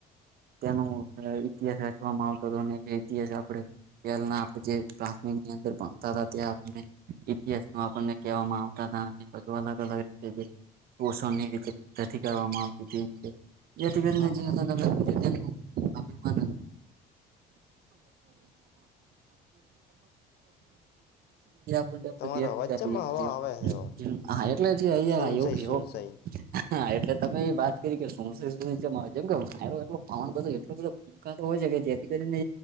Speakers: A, on the right (about 65°); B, on the left (about 70°).
A: તેનો ઇતિહાસ રચવામાં આવતો હતો અને જે ઇતિહાસ આપણે આપે જે પ્રાથમિક ની અંદર ભણતા તા ત્યા. ઇતિહાસ નું આપણને કહેવામાં આવતા હતા અને બધું અલગ અલગ રીતે પોષણની રીતે પ્તિ કરવામાં આવતી તીતી જેથી કરીને
B: હા
A: જે
B: હા
A: અલગ અલગ અભિમાન લોકલ <unintelligible> આપે
B: તમારા
A: બેરોજગારીએ
B: અવાજ જેમાં હવા આવે છે
A: હા એટલે જ અયા
B: સુનસાઈ
A: એવું
B: સુનસાઈ
A: એવો હા એટલે તમે એ વાત કરી કે <unintelligible> વાયરો પવન બધ એટલો બધો કા તો હોય છે કે જેથી કરીને